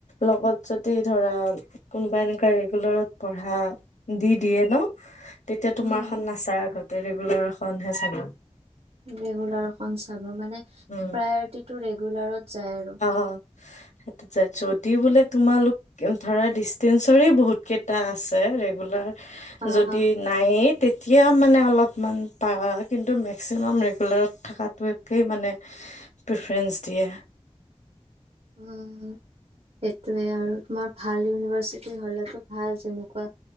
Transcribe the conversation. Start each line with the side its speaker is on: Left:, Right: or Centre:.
Left: লগত যদি ধৰা কোনোবা এনেকোৱা ৰেগুলাৰত পঢ়া দি দিয়ে ন তেতিয়া
Right: উম
Left: তোমাৰখন নাচাৰ আগত। ৰেগুলাৰ এখনহে চাব
Right: ৰেগুলাৰ চাব মানে প্ৰায়ৰিটি
Left: উম
Right: ৰেগুলাৰত যায় আৰু
Left: অ সেইটো যদি বোলে তোমালোক ধৰা ডিচতেঞ্চৰে বহুত কেইটা আছে ৰেগুলাৰ
Right: আহ
Left: যদি নাইয়েই তেতিয়া মানে অলপ অকমান পাৰ কিন্তু মেক্সিমাম ৰেগুলাৰত থকাটোৱে একেই মানে প্ৰিফেৰেন্ঞ্চ তাকে
Right: উম সেইটোৱে আৰু তোমাৰ ভাল ইউনিভাৰ্চিটি হলেতো ভাল যেনেকুৱা